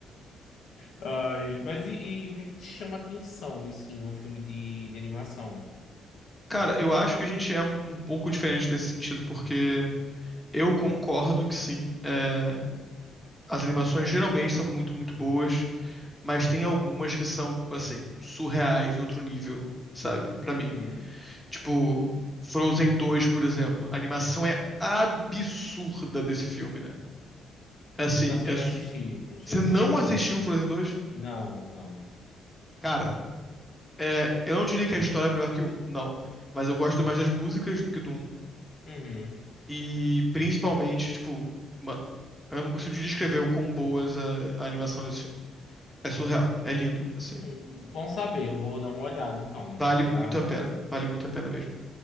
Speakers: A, on the left; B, in the centre.
A: Ai, mas e, e o que é que te chama a atenção, assim, num filme de, de animação?
B: Cara, eu acho que a gente é um, um pouco diferente nesse sentido, porque eu concordo que sim, é, as animações geralmente são muito, muito boas, mas tem algumas que são, assim, surreais, outro nível, sabe? Pra
A: Uhum.
B: mim. Tipo, Frozen dois, por exemplo. A animação é absurda desse filme, né? É Assim,
A: Eu não cheguei
B: é su-
A: a assistir, não cheguei
B: você
A: a assistir,
B: não
A: pra
B: assistiu
A: ser sincero.
B: Frozen dois?
A: Não, não.
B: Cara, é, eu não diria que a história é melhor que o um, não. Mas eu gosto mais das músicas do que do um,
A: Uhum.
B: E principalmente, tipo, mano, eu não consigo te descrever o quão boas a, a animação desse filme. É surreal, é lindo, assim.
A: Hum, Bom saber, eu vou dar uma olhada então.
B: Vale
A: Já.
B: muito a pena, vale muito a pena mesmo.